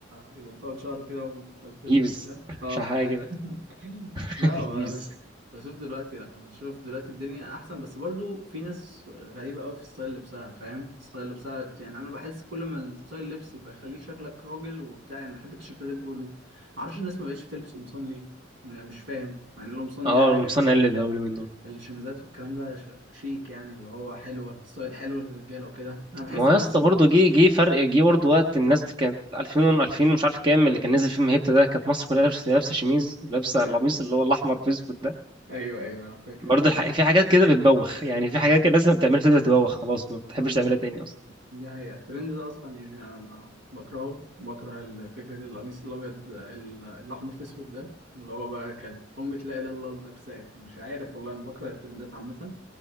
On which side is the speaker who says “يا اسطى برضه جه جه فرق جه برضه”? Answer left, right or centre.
Right